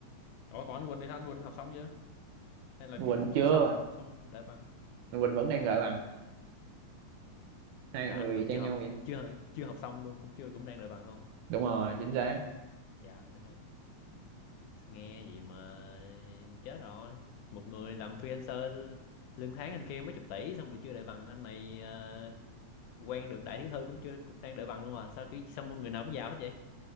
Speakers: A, on the left (about 85°); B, on the right (about 85°).
A: Ủa còn anh Quỳnh thì sao? Anh Quỳnh học xong chưa? Hay là
B: Quỳnh
A: kiểu cũng chưa
B: chưa
A: xong, xong rồi đợi bằng?
B: Quỳnh vẫn đang đợi bằng hai
A: Là
B: người
A: anh Quỳnh
B: y chang
A: chưa học,
B: nhau vậy
A: chưa chưa học xong luôn, cũng chưa cũng đang đợi bằng luôn.
B: đúng rồi chính xác
A: Trời đất ơi, nghe gì mà chết rồi. Một người làm freelancer lương tháng anh kia mấy chục tỷ xong rồi chưa đợi bằng anh này ờ, quen được đại thiếu thư cũng chưa cũng đang đợi bằng luôn mà sao kiểu sao mọi người nào cũng giàu hết vậy?